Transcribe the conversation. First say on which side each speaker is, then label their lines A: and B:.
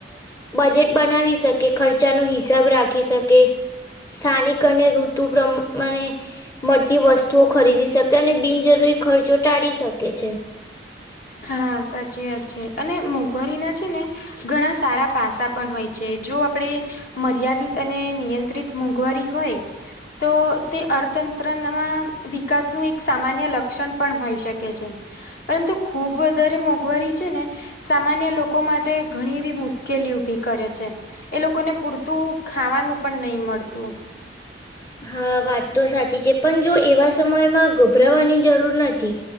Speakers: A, on the left (about 20°); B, on the left (about 55°).
A: અ બજેટ બનાવી શકે ખર્ચા નો હિસાબ રાખી શકે સ્થાનિક અને ઋતુ પ્રમાને મળતી વસ્ત તુ ખરીદી શકે અને બિનજરૂરી ખર્ચો ટાળી શકે છે.
B: હા સાચી વાત છે. અને મોંઘવારી ના છે ને ઘણા સારા પાસા પન હોય છે. જો આપડે મર્યાદિત અને નિયંત્રિત મોંઘવારી હોય તો તે અર્થતંત્રનમાં વિકાસનું એક સામાન્ય લક્ષન પન હોઈ શકે છે. પરંતુ ખુબ વધારે મોંઘવારી છે ને સામાન્ય લોકો માટે ઘણી એવી મુશ્કેલી ઊભી કરે છે. એ લોકોને પૂરતું ખાવાનું પણ નઈ મળતું.
A: હા વાત તો સાચી છે. પન જો એવા સમયમાં ગભરાવાની જરૂર નથી.